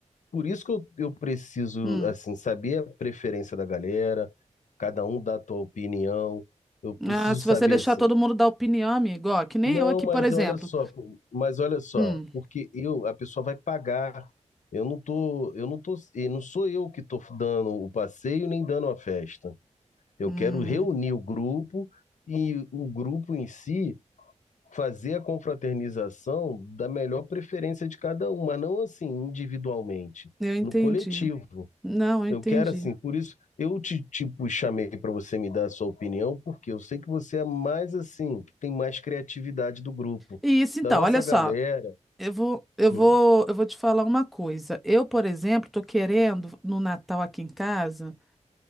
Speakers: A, on the left (about 80°); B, in the centre.
A: por isso que eu, eu preciso,
B: Hum.
A: assim, saber a preferência da galera, cada um dá a tua opinião, eu preciso
B: Ah, se
A: saber,
B: você deixar
A: assim,
B: todo mundo dar opinião, amigo, ó, que nem
A: Não,
B: eu aqui,
A: mas
B: por exemplo.
A: olha só, pô, mas olha só,
B: Hum,
A: porque eu, a pessoa vai pagar. Eu não tô, eu não tô, e não sou eu que estou dando o passeio nem dando a festa. Eu
B: hum,
A: quero reunir o grupo e o grupo em si fazer a confraternização da melhor preferência de cada um, mas não assim individualmente,
B: eu entendi.
A: no coletivo.
B: Não, eu
A: Eu
B: entendi.
A: quero assim, por isso eu te, tipo, chamei para você me dar a sua opinião, porque eu sei que você é mais assim, que tem mais criatividade do grupo,
B: E isso então,
A: da nossa
B: olha só,
A: galera.
B: eu vou, eu
A: Hum,
B: vou, eu vou te falar uma coisa. Eu, por exemplo, tô querendo no Natal aqui em casa.